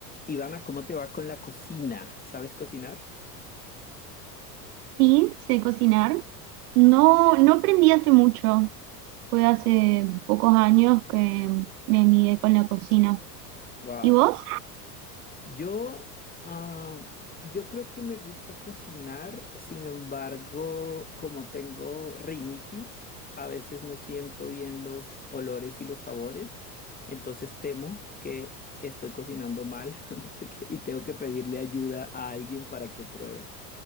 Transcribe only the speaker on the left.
Ivana, ¿cómo te va con la cocina? ¿Sabes cocinar?
Wow.
Yo, ah, yo creo que me gusta cocinar, sin embargo, como tengo rinitis, a veces no siento bien los olores y los sabores, entonces temo que estoy cocinando mal <laughs> porque, y tengo que pedirle ayuda a alguien para que pruebe.